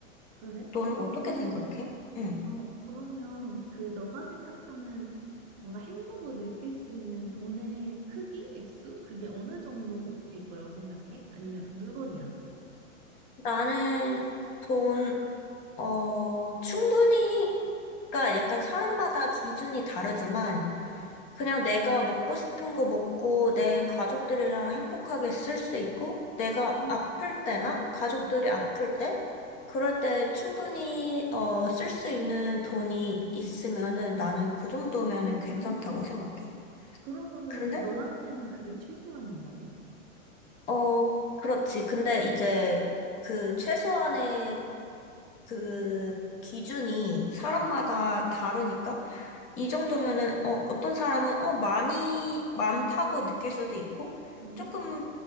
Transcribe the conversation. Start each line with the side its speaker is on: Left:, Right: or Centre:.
Right: 그래?
Left: 너는
Right: 그러면은,
Left: 어떻게 생각해? 응.
Right: 어, 그러면 그 너가 생각하는 뭔가 행복을 느낄 수 있는 돈의 크기, 액수? 그게 어느 정도일 거라고 생각해? 아니면 물건이라도?
Left: 나는 돈, 어, 충분히, 그러니까 약간 사람마다 기준이 다르지만
Right: 맞아.
Left: 그냥 내가 먹고 싶은 거 먹고 내 가족들이랑 행복하게 쓸 수 있고 내가
Right: 음,
Left: 아플 때나 가족들이
Right: 음,
Left: 아플 때 그럴 때 충분히 어, 쓸 수 있는 돈이 있으면은 나는 그 정도면은 괜찮다고
Right: 음.
Left: 생각해.
Right: 그러면은
Left: 근데
Right: 너한테는 그게 최소한인 거네?
Left: 어 그렇지. 근데 이제 그 최소한의 그 기준이 사람마다
Right: 어, 어.
Left: 다르니까 이 정도면은 어, 어떤 사람은 어, 많이 많다고 느낄 수도 있고
Right: 음.
Left: 조금